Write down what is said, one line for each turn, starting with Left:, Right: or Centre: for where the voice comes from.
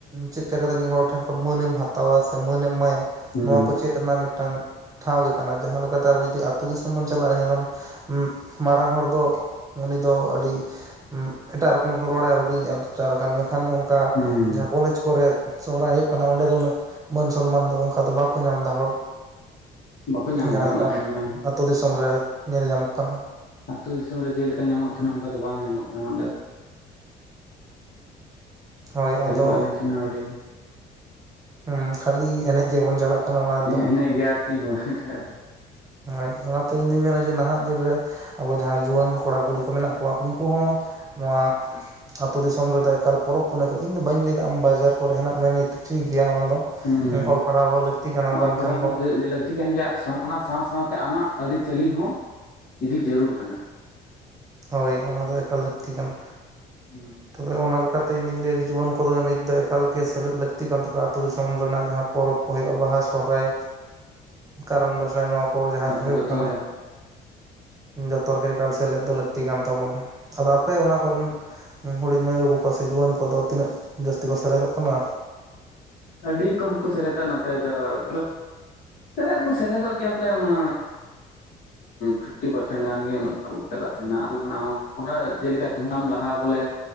Right: ᱪᱮᱫ ᱠᱟᱛᱮ ᱢᱤᱫ ᱦᱚᱲ ᱴᱷᱮᱱ ᱠᱷᱚᱱ ᱢᱟᱹᱱ ᱮᱢ ᱦᱟᱛᱟᱣᱟ ᱥᱮ ᱢᱟᱹᱱ ᱮᱢ ᱮᱢᱟᱭᱟ
Left: ᱦᱩᱸ
Right: ᱱᱚᱣᱟ ᱠᱚ ᱪᱮᱫ ᱨᱮᱱᱟᱜ ᱢᱤᱫ ᱴᱟᱝᱼᱼ ᱴᱷᱟᱶ ᱜᱮ ᱠᱟᱱᱟ ᱡᱟᱦᱟᱸ ᱞᱮᱠᱟᱛᱮ ᱟᱵᱚ ᱡᱩᱫᱤ ᱟᱹᱛᱳ ᱫᱤᱥᱚᱢ ᱵᱚᱱ ᱪᱟᱞᱟᱜᱼᱟ ᱧᱮᱞᱟᱢ ᱢᱟᱨᱟᱝ ᱦᱚᱲ ᱫᱚᱼᱼ ᱩᱱᱤ ᱫᱚ ᱟᱹᱰᱤ ᱮᱴᱟᱜ ᱨᱚᱠᱚᱢ ᱛᱮᱢ ᱨᱚᱲᱟᱭᱟ ᱦᱩᱰᱤᱧ ᱤᱡ ᱮᱴᱟᱜ ᱞᱮᱠᱟᱱ ᱢᱮᱱᱠᱷᱟᱱᱼᱼ ᱚᱱᱠᱟ
Left: ᱦᱩᱸ
Right: ᱡᱟᱦᱟᱸ ᱠᱚᱞᱮᱡᱽ ᱠᱚᱨᱮ ᱥᱚᱦᱟᱨᱟᱭ ᱦᱩᱭᱩᱜ ᱠᱟᱱᱟ ᱚᱸᱰᱮ ᱫᱚ ᱩᱱᱟᱹᱜ ᱢᱟᱹᱱ ᱥᱚᱱᱢᱟᱱ ᱫᱚ ᱚᱱᱠᱟ ᱫᱚ ᱵᱟᱠᱚ ᱧᱟᱢ ᱮᱫᱟ᱾ ᱦᱚᱲ
Left: ᱵᱟᱠᱚ ᱧᱟᱢᱫᱟ
Right: ᱡᱟᱦᱟᱸ ᱞᱮᱠᱟ
Left: ᱚᱱᱟ ᱫᱚ ᱧᱟᱢ
Right: ᱟᱹᱛᱩ ᱫᱤᱥᱚᱢ ᱨᱮ ᱧᱮᱞ ᱧᱟᱢᱚᱜ ᱠᱟᱱᱟ᱾
Left: ᱟᱹᱛᱩ ᱫᱤᱥᱚᱢ ᱨᱮ ᱡᱮᱞᱮᱠᱟ ᱧᱟᱢᱚᱜ ᱛᱟᱦᱮᱱᱟ ᱚᱱᱠᱟ ᱫᱚ ᱵᱟᱝ ᱧᱟᱢᱚᱜ ᱠᱟᱱᱟ ᱚᱸᱰᱮ ᱫᱚᱼᱼ
Right: ᱦᱳᱭ
Left: ᱠᱷᱞᱤ
Right: ᱟᱫᱚ
Left: ᱠᱚ ᱟᱱ ᱛᱟᱦᱮᱱᱟ ᱚᱰᱮ ᱜᱮᱼᱼ
Right: ᱦᱮᱸ ᱠᱷᱟᱹᱞᱤ ᱮᱱᱮᱡ ᱜᱮᱵᱚᱱ ᱪᱟᱞᱟᱜ ᱠᱟᱱᱟ᱾ ᱚᱱᱟ ᱨᱮᱫᱚ
Left: ᱮᱱᱮᱡ ᱜᱮᱭᱟ ᱟᱨ ᱥᱤ ᱦᱚᱸ ᱢᱤᱜᱴᱮᱜ ᱴᱟᱜ ᱠᱟᱛᱷᱟ
Right: ᱦᱚᱭ ᱚᱱᱟᱛᱮ ᱤᱧᱫᱩᱧ ᱢᱮᱱᱟ ᱡᱮ ᱱᱟᱦᱟᱜ ᱫᱤᱱ ᱨᱮᱼᱼ ᱟᱵᱚ ᱡᱟᱦᱟᱸᱭ ᱡᱩᱣᱟᱹᱱ ᱠᱚᱲᱟ, ᱠᱩᱲᱤ ᱠᱚ ᱢᱮᱱᱟᱜ ᱠᱚᱣᱟ ᱩᱱᱠᱩ ᱦᱚᱸ ᱱᱚᱣᱟᱼᱼ ᱟᱹᱛᱩ ᱫᱤᱥᱚᱢ ᱨᱮᱫᱚ ᱮᱠᱟᱞ ᱯᱚᱨᱚᱵᱽ ᱯᱩᱱᱟᱹᱭ ᱠᱟᱱᱟ ᱤᱧᱫᱚ ᱵᱟᱹᱧ ᱞᱟᱹᱭᱫᱟ ᱟᱢ ᱵᱟᱡᱟᱨ ᱠᱚᱨᱮ ᱦᱮᱱᱟᱜ ᱢᱮᱭᱟ ᱱᱤᱛ ᱴᱷᱤᱠ ᱜᱮᱭᱟ ᱚᱱᱟ ᱫᱚ᱾
Left: ᱦᱩᱸ
Right: ᱚᱞ ᱯᱟᱲᱦᱟᱣ ᱦᱚᱸ ᱞᱟᱹᱠᱛᱤ ᱠᱟᱱᱟ ᱵᱟᱝᱠᱷᱟᱱ
Left: ᱚᱞ ᱯᱟᱲᱦᱟᱣ
Right: ᱫᱚᱼᱼ
Left: <unintelligible> ᱠᱟᱱ ᱜᱮᱭᱟ ᱟᱨ ᱚᱱᱟ ᱥᱟᱶ ᱥᱟᱶᱛᱮ ᱟᱢᱟᱜ ᱟᱹᱨᱤᱪᱟᱹᱞᱤ ᱦᱚᱸ ᱤᱫᱤ ᱡᱟᱹᱨᱩᱲ ᱠᱟᱱᱟᱼᱼ
Right: ᱦᱳᱭ ᱚᱱᱟ ᱫᱚ ᱮᱠᱟᱞ ᱞᱟᱹᱠᱛᱤ ᱠᱟᱱᱟ᱾
Left: ᱦᱩᱸ
Right: ᱛᱚᱵᱮ ᱚᱱᱟ ᱞᱮᱠᱟᱛᱮ ᱤᱧ ᱫᱩᱧ ᱞᱟᱹᱭᱼᱟ ᱡᱮ ᱡᱩᱣᱟᱹᱱ ᱠᱚᱫᱚ ᱱᱤᱛ ᱫᱚ ᱮᱠᱟᱞ ᱜᱮ ᱥᱮᱞᱮᱫ ᱞᱟᱹᱠᱛᱤ ᱠᱟᱱ ᱛᱟᱠᱚᱣᱼᱟ ᱟᱛᱳ ᱫᱤᱥᱚᱢ ᱨᱮᱱᱟᱜ ᱡᱟᱦᱟᱸ ᱯᱚᱨᱚᱵᱽ, ᱦᱩᱭᱩᱜᱼᱟ ᱟᱵᱚᱣᱟᱜ ᱥᱚᱦᱨᱟᱭ ᱠᱟᱨᱟᱢ ᱫᱟᱸᱥᱟᱭ ᱱᱚᱣᱟ ᱠᱚ ᱡᱟᱦᱟᱸ
Left: ᱠᱟᱨᱚᱱ
Right: ᱠᱚ ᱦᱩᱭᱩᱜ
Left: ᱡᱚᱛᱚ
Right: ᱠᱟᱱᱟ᱾
Left: ᱨᱮ
Right: ᱡᱚᱛᱚ ᱨᱮ ᱜᱮ ᱮᱠᱟᱞ ᱥᱮᱞᱮᱫ ᱫᱚ ᱞᱟᱹᱠᱛᱤ ᱠᱟᱱ ᱛᱟᱵᱚᱱᱟ ᱟᱫᱚ ᱟᱯᱮ ᱚᱱᱟ ᱠᱚᱨᱮᱱᱼᱼ ᱦᱩᱰᱤᱧ ᱢᱟᱹᱭ, ᱵᱟᱹᱵᱩ ᱠᱚ ᱥᱮ ᱡᱩᱣᱟᱹᱱ ᱠᱚ ᱫᱚ ᱛᱤᱱᱟᱹᱜ ᱡᱟᱹᱥᱛᱤ ᱠᱚ ᱥᱮᱞᱮᱫᱚᱜ ᱠᱟᱱᱟ?
Left: ᱟᱹᱰᱤ ᱠᱚᱢ ᱠᱚ ᱥᱮᱞᱮᱫᱚᱜ ᱱᱚᱛᱮ ᱫᱚ ᱢᱚᱛᱞᱚᱵ ᱥᱮᱞᱮᱫ ᱠᱚ ᱥᱮᱞᱮᱫᱚᱜ ᱜᱮᱭᱟ ᱵᱚᱞᱮ ᱚᱱᱟ᱾
Right: <inaudible>
Left: ᱯᱷᱤᱯᱴᱤ ᱯᱟᱨᱥᱮᱱ ᱜᱟᱱᱜᱮ ᱪᱟᱞᱟᱜ ᱛᱟᱦᱮᱱᱟ <inaudible> ᱨᱮᱱᱟᱜ ᱩᱱᱟᱹᱜ ᱡᱮᱞᱮᱠᱟ ᱫᱷᱩᱱᱟᱢ ᱞᱟᱦᱟ ᱵᱚᱞᱮᱼᱼ